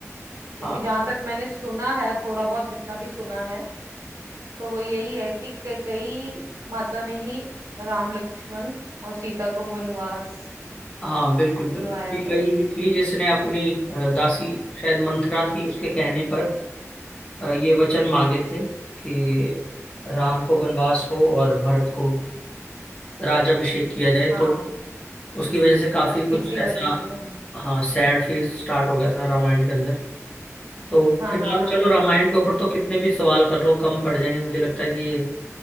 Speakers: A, on the right; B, on the left.
A: क्योंकि
B: हाँ
A: जहां तक मैंने सुना है थोड़ा बहुत जितना भी सुना है तो वो यही है कि कैकई माता ने ही राम लक्ष्मण और सीता को वनवास
B: हाँ बिल्कुल
A: दिलवाया
B: बिल्कुल ठीक
A: था
B: है, ये कही ही थी जिसने अपनी अ, दासी शायद मंथरा थी उसके कहने पर अ, ये वचन मांगे थे कि राम को वनवास हो और भरत को राज्याभिषेक किया जाए
A: हाँ
B: तो उसकी वजह से काफी कुछ
A: इसी वजह
B: ऐसा
A: से से
B: हाँ सैड फेज स्टार्ट हो गया था रामायण के अंदर तो
A: हाँ
B: फिलहाल
A: हाँ हाँ
B: चलो
A: हाँ
B: रामायण के ऊपर तो कितने भी सवाल कर लो कम पड़ जाएंगे मुझे लगता है कि ये